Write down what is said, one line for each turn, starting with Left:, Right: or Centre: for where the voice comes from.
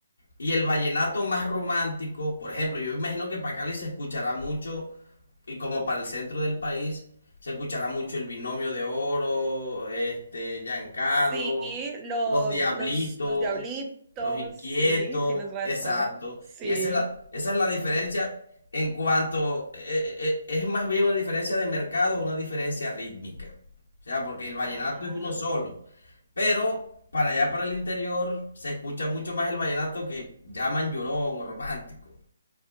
Left: Y el vallenato más romántico, por ejemplo, yo imagino que para Cali se escuchará mucho, y como para el centro del país, se escuchará mucho el Binomio de Oro, este, Giancarlo,
Right: Sí, los,
Left: los Diablitos,
Right: los, los diablitos,
Left: los Inquietos,
Right: sí, tienes razón,
Left: exacto.
Right: sí.
Left: Y esa es la, esa es la diferencia en cuanto, eh, eh, eh, es más bien una diferencia de mercado, una diferencia rítmica. O sea, porque el vallenato
Right: Ah,
Left: es uno solo. Pero para allá, para el interior, se escucha mucho más el vallenato que llaman llorón o romántico,